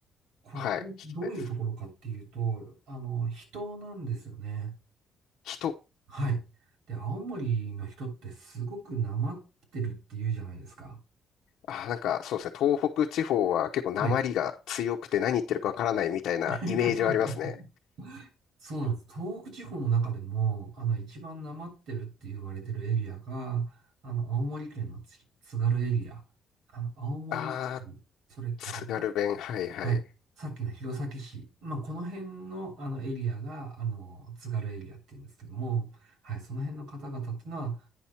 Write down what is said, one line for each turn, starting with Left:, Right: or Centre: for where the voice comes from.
Right: ここ、
Left: はい。聞きたいです。
Right: どういうところかっていうと、あの、人なんですよね。
Left: 人。
Right: はい。で、青森の人ってすごくなまってるっていうじゃないですか。
Left: あ、なんかそうですね。東北地方は結構訛りが強くて何言ってるかわからないみたいなイメージはありますね。
Right: はい <laughs> そうなんです。東北地方の中でも、あの、一番なまってるって言われてるエリアが、あの、青森県のつ津軽エリア、あの、青森市、
Left: あー
Right: それから、
Left: 津軽弁。はいはい。
Right: はい、さっきの弘前市、まあ、この辺の、あの、エリアが、あの、津軽エリアって言うんですけども、はい、その辺の方々っていうのは、